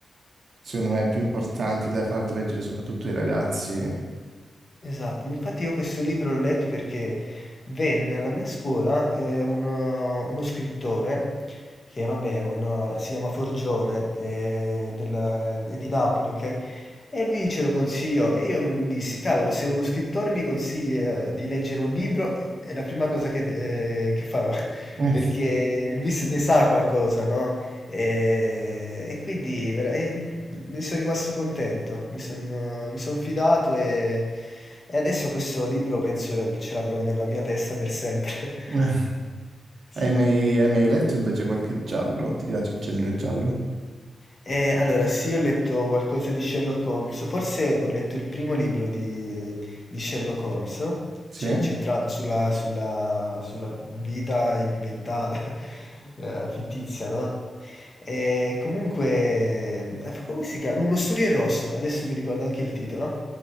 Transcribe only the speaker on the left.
Esatto, ma infatti io questo libro l'ho letto perché venne alla mia scuola eh, uno, uno scrittore che vabbè, è uno- si chiama Forgione, eh, della- è di Napoli, ok? E lui ce lo consigliò e io dissi, cavolo, se uno scrittore mi consiglia di leggere un libro, è la prima cosa che, de- eh, che farò, <laughs>
perché lui s- ne sa qualcosa, no? E, e quindi vera- è ne sono rimasto contento, mi son mi son fidato e e adesso questo libro penso che ce l'avrò nella mia testa per sempre.
<laughs> Sì.
Ehm, allora sì, ho letto qualcosa di Sherlock Holmes, forse ho letto il primo libro di ehm, di Sherlock Holmes,
cioè incentrato sulla sulla sulla vita inventata, <laughs> ehm, fittizia, no, E comunque, eh, come si chiama? Uno studio in rosso, adesso mi ricordo anche il titolo.